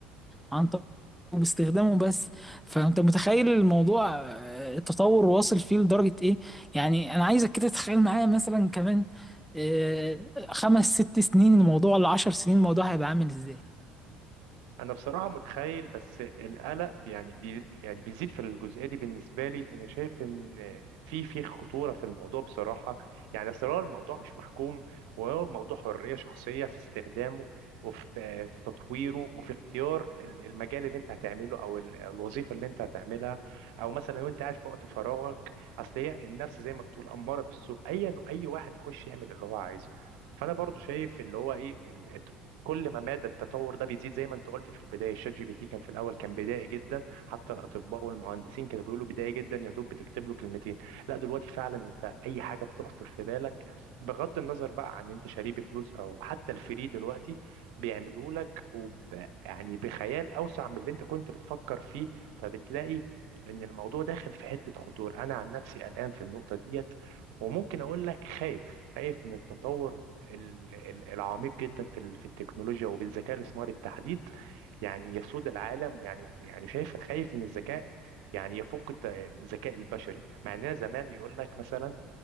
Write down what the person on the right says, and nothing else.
انا بصراحه متخيل بس القلق يعني بي يعني بيزيد في الجزئيه دي بالنسبه لي انا شايف ان في في خطوره في الموضوع بصراحه يعني اصل هو الموضوع مش محكوم وهو الموضوع حريه شخصيه في استخدامه وفي في تطويره وفي اختيار ال- المجال اللي انت هتعمله او ال- الوظيفه اللي انت هتعملها او مثلا لو انت قاعد في وقت فراغك اصل هي النفس زي ما بتقول اماره بالسوء ايا واي واحد يخش يعمل اللي هو عايزه فانا برضو شايف اللي هو ايه كل ما مدى التطور ده بيزيد زي ما انت قلت في البدايه الشات جي بي تي كان في الاول كان بدائي جدا حتى الاطباء والمهندسين كانوا بيقولوا بدائي جدا يا دوب بتكتب له كلمتين لا دلوقتي فعلا انت اي حاجه بتخطر في بالك بغض النظر بقى عن انت شاريه بفلوس او حتى الفري دلوقتي بيعملوه لك وب... يعني بخيال اوسع من اللي انت كنت بتفكر فيه فبتلاقي ان الموضوع داخل في حته خطور انا عن نفسي قلقان في النقطه ديت وممكن اقول لك خايف خايف من التطور ال- ال- العميق جدا في ال- في التكنولوجيا وبالذكاء الاصطناعي بالتحديد يعني يسود العالم يعني يعني شايف خايف ان الذكاء يعني يفوق الت- الذكاء البشري مع اننا زمان يقول لك مثلا